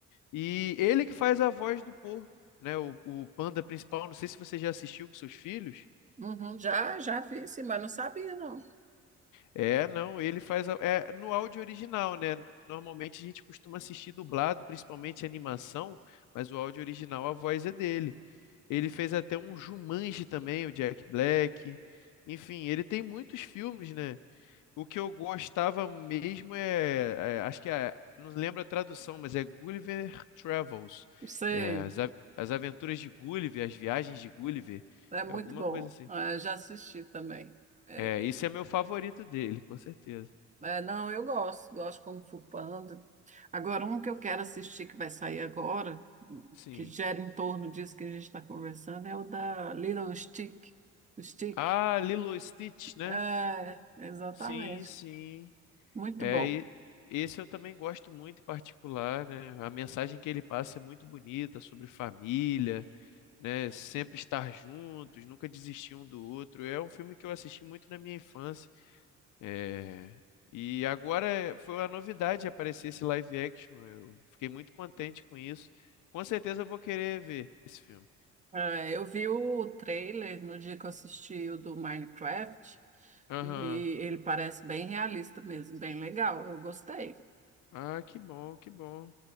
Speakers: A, on the left (about 85°); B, on the right (about 25°).
A: E ele que faz a voz do Po, né? O, o panda principal. Não sei se você já assistiu com seus filhos.
B: Uhum, já, já vi, sim, mas não sabia, não.
A: É, não, ele faz a- é no áudio original, né? Normalmente a gente costuma assistir dublado, principalmente animação, mas o áudio original, a voz é dele. Ele fez até um Jumanji também, o Jack Black. Enfim, ele tem muitos filmes, né? O que eu gostava mesmo é, é, acho que é, não lembro a tradução, mas é Gulliver Travels.
B: Sei,
A: É, as, a- as aventuras de Gulliver, as viagens de Gulliver,
B: é muito
A: é alguma
B: bom.
A: coisa assim.
B: Ah, eu já assisti também. É,
A: É, esse é meu favorito dele, com certeza.
B: É, não, eu gosto, gosto como Kung Fu Panda. Agora, um que eu quero assistir que vai sair agora,
A: Sim.
B: que gera em torno disso que a gente está conversando, é o da Little Stick. O Stick.
A: Ah, Lilo e Stitch, né?
B: É, exatamente.
A: Sim, sim.
B: Muito
A: É,
B: bom.
A: e esse eu também gosto muito em particular, né? A mensagem que ele passa é muito bonita sobre família, né? Sempre estar juntos, nunca desistir um do outro. É um filme que eu assisti muito na minha infância. É, E agora é- foi uma novidade aparecer esse live action. Eu fiquei muito contente com isso. Com certeza eu vou querer ver esse filme.
B: É, eu vi o trailer no dia que eu assisti o do Minecraft
A: Aham.
B: e ele parece bem realista mesmo, bem legal. Eu gostei.
A: Ah, que bom, que bom.